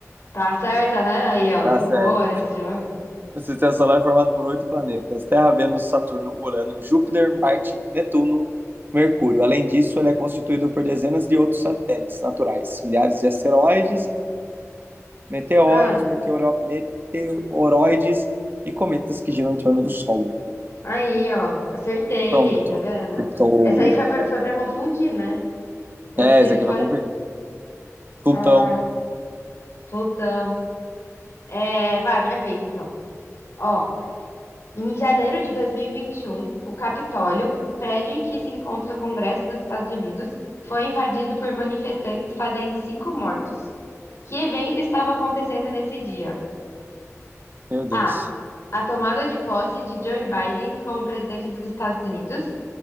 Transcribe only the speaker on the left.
Tá certa, né? Aí, ó,
sou
boa nesse jogo.
Ah,
aí, ó, acertei,
tá vendo?
Essa aí foi pra, foi pra confundir, né? Eu
sei
que
foi.
Ah, Plutão. É, vai, minha vez, então. Ó, em janeiro de dois mil e e vinte e um o Capitólio, prédio em que se encontra o Congresso dos Estados Unidos, foi invadido por manifestantes, fazendo cinco mortos. Que evento estava acontecendo nesse dia?
A. A tomada de posse de Joe Biden como presidente dos Estados Unidos.